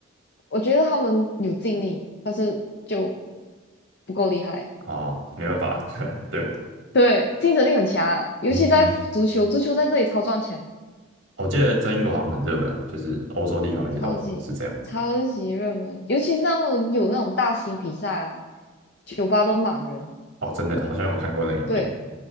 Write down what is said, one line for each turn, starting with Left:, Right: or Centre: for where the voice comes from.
Left: 我觉得他们有尽力，但是就不够厉害。
Right: 哦，没办法，<laughs> 对吧？
Left: 对，竞争力很强啊，尤其在足球，
Right: 嗯，
Left: 足球在这里超赚钱，
Right: 我记得在英国好像很热门啊，就是欧洲地方也都是这样。
Left: 超级超级热门，尤其是他们有那种大型比赛啊，酒吧都满人。
Right: 哦，真的，好像有看过那个影片。
Left: 对，